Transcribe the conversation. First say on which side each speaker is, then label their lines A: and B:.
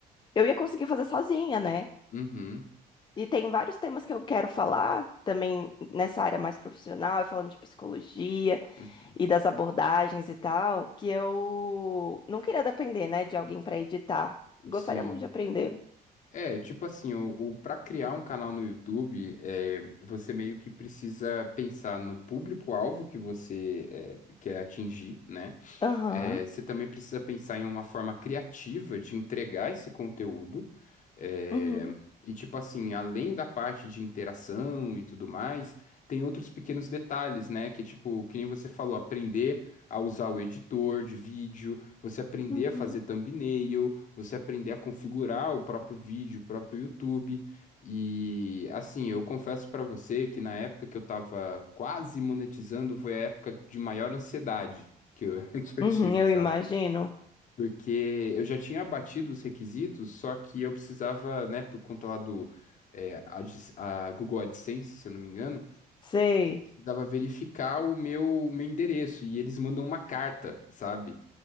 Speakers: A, on the left; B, on the left.
A: eu ia conseguir fazer sozinha, né?
B: Uhum,
A: E tem vários temas que eu quero falar também nessa área mais profissional, e falando de psicologia
B: uhum.
A: e das abordagens e tal, que eu não queria depender, né, de alguém para editar. Gostaria
B: Sim.
A: muito de aprender.
B: É, tipo assim, o, o para criar um canal no YouTube, é, você meio que precisa pensar no público-alvo que você é, quer atingir, né?
A: Aham.
B: É, você também precisa pensar em uma forma criativa de entregar esse conteúdo. é,
A: Uhum.
B: e, tipo assim, além da parte de interação e tudo mais, tem outros pequenos detalhes, né? Que é tipo, que nem você falou, aprender a usar o editor de vídeo, você aprender
A: Uhum.
B: a fazer thumbnail, você aprender a configurar o próprio vídeo, o próprio YouTube. E assim, eu confesso pra você que na época que eu tava quase monetizando foi a época de maior ansiedade que eu, <laughs> que eu
A: Uhum,
B: tive,
A: eu
B: sabe?
A: imagino.
B: Porque eu já tinha batido os requisitos, só que eu precisava, né, por conta lá do é, Ads- a Google AdSense, se eu não me engano,
A: Sei.
B: precisava verificar o meu, meu endereço e eles mandam uma carta, sabe?